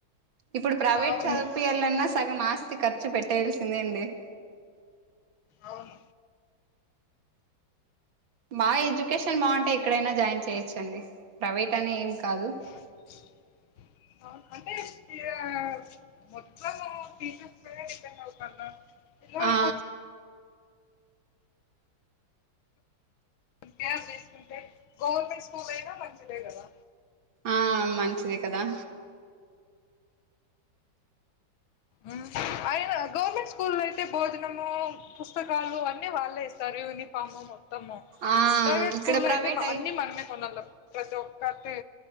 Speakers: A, on the right; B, on the left.
A: ఇప్పుడు ప్రైవేట్
B: అవును
A: చదుపియాలన్నా సగం ఆస్తి ఖర్చు పెట్టేయలసిందే ఎండి
B: అవును
A: మా ఎడ్యుకేషన్ బావుంటే ఎక్కడైనా జాయిన్ చేయొచ్చండి ప్రైవేట్ అనేం కాదు
B: అన్ అవును అంటే స్టియా మొత్తము టీచర్స్ పైనే డిపెండ్ అవుతాన్న పిల్లలు
A: ఆ
B: కొచ్ కేర్ తీసుకుంటే గవర్నమెంట్ స్కూల్ అయినా మంచిదే గదా
A: ఆ మంచిదే కదా
B: ఉం అయన గవర్నమెంట్ స్కూల్లోయితే భోజనము పుస్తకాలు అన్నీ వాళ్ళే ఇస్తారు యూనిఫాము మొత్ త్తము
A: ఆ
B: ప్రైవేట్
A: ఇక్కడ
B: స్కూల్ లో
A: ప్రైవేట్
B: అయితే మ అన్ని మనమే కొనాల ప్రతి ఒక్కతే